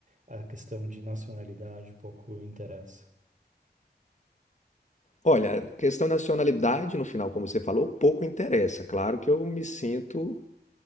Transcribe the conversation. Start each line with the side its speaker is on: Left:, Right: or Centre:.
Right: a questão de nacionalidade pouco interessa.
Left: Olha, questão de nacionalidade, no final, como você falou, pouco interessa. Claro que eu me sinto